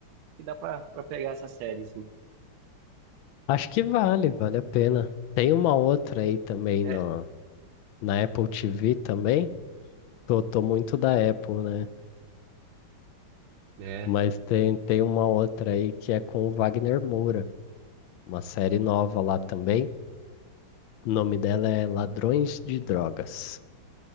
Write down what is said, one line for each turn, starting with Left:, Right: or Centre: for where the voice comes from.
Right: acho que dá pra, pra pegar essa série, assim,
Left: Acho que vale, vale a pena. Tem uma outra aí também
Right: né?
Left: na, na Apple TV também. Tô, tô muito da Apple, né?
Right: Né?
Left: Mas tem, tem uma outra aí que é com o Wagner Moura, uma série nova lá também. O nome dela é Ladrões de Drogas.